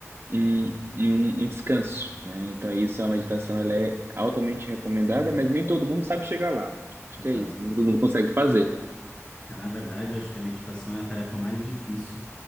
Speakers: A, on the right (about 45°); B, on the left (about 25°).
A: um, um, um descanso, né? Então isso, a meditação, ela é altamente recomendada, mas nem todo mundo sabe chegar lá. Acho
B: exato.
A: que é isso, nem todo mundo consegue fazer.
B: É, Na verdade, acho que a meditação é a tarefa mais difícil